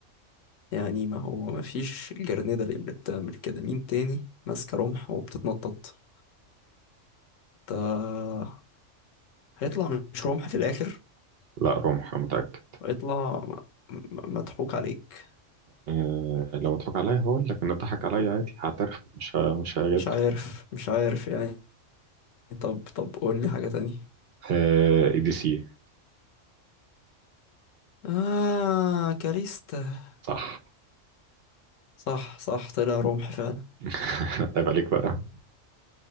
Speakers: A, on the left; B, on the right.
A: يعني ما هو ما فيش جرنيدة اللي بتعمل كده مين تاني ماسكة رمح وبتتنطط ده هيطلع مش رمح في الآخر
B: لا رمح أنا متأكد
A: هيطلع م- م- مضحوك عليك
B: آه لو مضحك عليا هقول لك ان ضحك عليا عادي هعترف مش ه- مش هجادل
A: مش عارف مش عارف يعني طب طب قول لي حاجة تانية
B: آه اي دي سي
A: آه كاريستا
B: صح
A: صح صح طلع رمح فعلا
B: <laughs> عيب عليك بقى